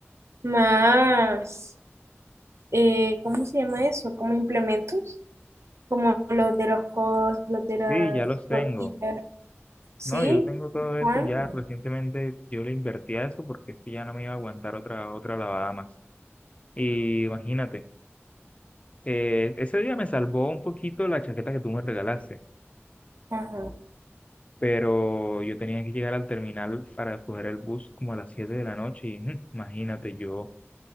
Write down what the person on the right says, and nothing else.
más, eh, ¿cómo se llama eso? Como implementos, como los de los codos, los de las
rodillas. ¿Sí?
¿Cuánto?
Ajá.